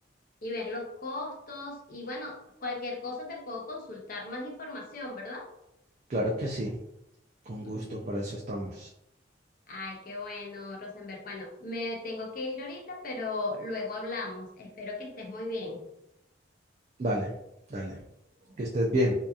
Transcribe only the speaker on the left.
y, y ver los costos. Y bueno, cualquier cosa te puedo consultar más información, ¿verdad?
<laughs>
Ay, qué bueno, Rosenberg. Bueno, me tengo que ir ahorita, pero luego hablamos. Espero que estés muy bien.